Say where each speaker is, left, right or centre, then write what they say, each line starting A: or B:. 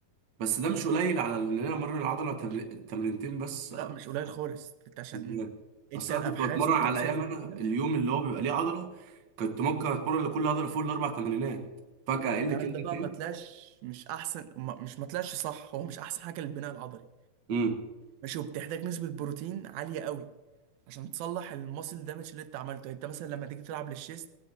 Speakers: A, on the right; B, on the right.
A: بس ده مش قليل على ان انا امرن العضله تمر- تمرينتين بس
B: لا مش قليل خالص انت عشان
A: ازاي
B: انت
A: اصل
B: الابحاث
A: انا كنت بتمرن
B: والدراسات
A: على ايام
B: الجديده
A: انا اليوم اللي هو بيبقى ليه عضله كنت ممكن اتمرن لكل عضله فوق الاربع تمرينات فجاه
B: الكلام
A: اقل كده
B: ده
A: اتنين
B: بقى ما طلعش مش احسن ما- مش ما طلعش صح هو مش احسن حاجه للبناء العضلي
A: امم
B: ماشي وبتحتاج نسبه بروتين عاليه قوي عشان تصلح الماسل دامج اللي انت عملته يعني انت مثلا لما تيجي تلعب للشيست